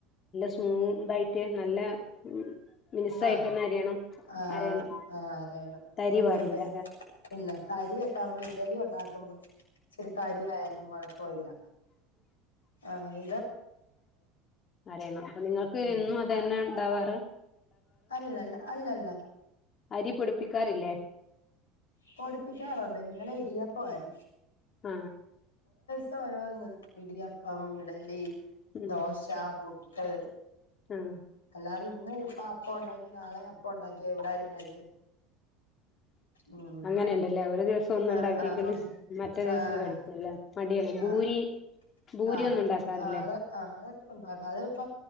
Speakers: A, on the left (about 40°); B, on the left (about 80°).
A: സ്മൂതായിട്ട് നല്ല ഉം മിനുസായിട്ട്
B: ആ
A: തന്നെ അരിയണം
B: ആ
A: അരയണം
B: അതെ ആ അരയണം
A: തരി
B: നമ്മൾ
A: പാടില്ല
B: ഇടെ ഇല്ല തരിയൊക്കെ നമ്മൾ ഇഡലി ഉണ്ടാക്കുമ്പോ ചിലപ്പോ തരി ആയാലും കൊഴ പോവില്ല അങ്ങനെ
A: അരയണം പ്പ നിങ്ങൾക്ക്
B: ഉം
A: എന്നും അത് തന്നെ ഉണ്ടാവാ
B: അല്ലല്ല അല്ലല്ല
A: അരിപൊടിപ്പിക്കാറില്ലേ
B: പൊടിപ്പിക്കാറുണ്ട് ഇന്നലെ ഇടിയപ്പം ആരുന്നു
A: ആ
B: ഇപ്പം ഓരോന്ന് ഇടിയപ്പം ഇഡലി
A: ഉം
B: ദോഷ പുട്ട്
A: ആഹ്
B: ഞാൻ ഇന്ന് ഇപ്പ അപ്പ ഉണ്ടാക്കിയ നാളെയും അപ്പ ഉണ്ടാക്കിയ എവിടാരും കഴി ഉം
A: അങ്ങനെണ്ടല്ലേ ഒരു ദിവസം ഒന്നും ഉണ്ടാക്കിക്ക്‌ണ്
B: ആഹ് ആഹ്
A: മറ്റേ ദിവസം
B: ആഹ്
A: കഴിക്കൂല്ല മടിയനെ ഭൂരി
B: ആഹ്
A: ഭൂരി
B: ആഹ്
A: ഒന്നും ഉണ്ടാക്കാറില്ലേ
B: ആ അതൊ ആ അതൊക്കെ ഉണ്ടാക്ക അത് ഇപ്പ